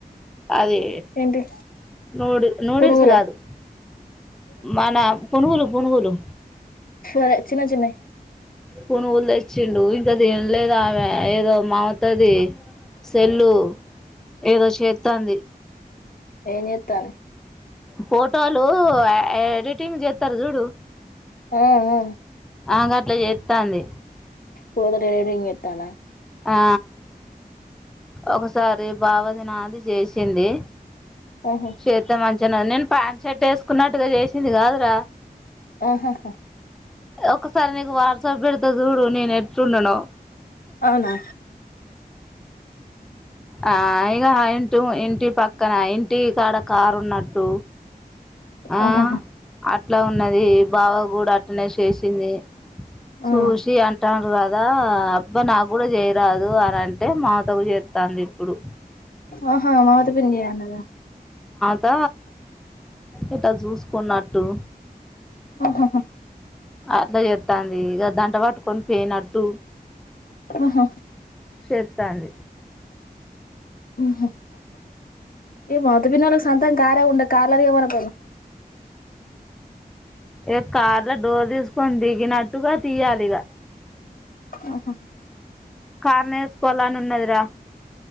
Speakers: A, in the centre; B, on the left (about 60°).
A: అది
B: ఏంటి
A: నూడి నూడిల్స్
B: పునుగులా
A: కాదు మన పునుగులు పునుగులు
B: అదే చిన్న చిన్న
A: పునుగులు తెచ్చిండు ఇంకా తినల్లేదా ఆమె ఏదో మమతది సెల్లు ఏదో చేస్తుంది
B: ఏం చేస్తోంది
A: ఫోన్ లో ఎడిటింగ్ చేస్తారు చూడు
B: ఆ ఆ
A: ఆ గట్లా చేస్తాంది
B: ఫోటోలు ఎడిటింగ్ చేస్తుందా
A: ఆ ఒకసారి బావది నాది చేసింది
B: ఆహా
A: శత మాంచి నేను పాంట్ షర్ట్ వేసుకున్నట్టుగా చేసింది కాదురా
B: ఆహాహా
A: ఒకసారి నీకు వాట్సాప్ పెడుత ఇంత చూడు నేను ఎటు ఉండను
B: అవునా
A: ఆ పైగా ఇంటూ ఇంటి పక్క ఇక్కన ఇంటి తడ కారు ఉన్నట్టు ఆ
B: ఆహాహా
A: అట్లా ఉన్నది బావగూడ అట్టనే చేసింది సూషీ
B: ఆ
A: అంట ర్రా అబ్బా నాకు కూడా చేయరాదు అని అంటే మామతకు చేస్తంది ఇప్పుడు
B: ఆహా మాతో పిడి అన్నద
A: త ఇట జస్కున కుత్తో
B: ఆహాహా
A: అట్లా చేస్తంది ఇక దంట పట్టుకని పోయినట్టు
B: అ హా
A: స తడి
B: మ్ హు ఈ మత పిన్నకి సంతం కారే ఉండ కార్లాదిగా మన పను
A: ఏ కార్లో డోర్ తీసుకొని దిగినట్టుగా తీయాలి ఇగ
B: ఆహాహా
A: కార్న్ వేసుకోవాల అని ఉన్నదిరా